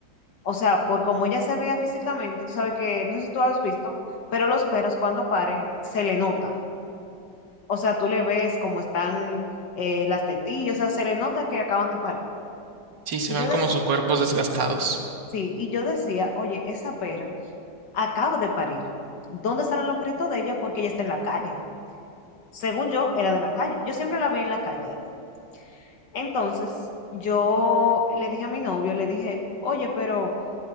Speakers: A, on the left; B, on the right.
A: O sea, por cómo ella se veía físicamente, tú sabes que, no sé si tú has visto, pero los perros cuando paren se le nota. O sea, tú le ves cómo están eh, las tetillas, o sea, se le nota que acaban de parir.
B: Sí, se
A: Y
B: ven
A: yo
B: como
A: decía,
B: sus cuerpos desgastados.
A: sí, y yo decía, oye, esa perra acaba de parir. ¿Dónde estarán los perritos de ella? Porque ella está en la calle. Según yo, era de la calle. Yo siempre la vi en la calle a ella. Entonces, yo le dije a mi novio, le dije, oye, pero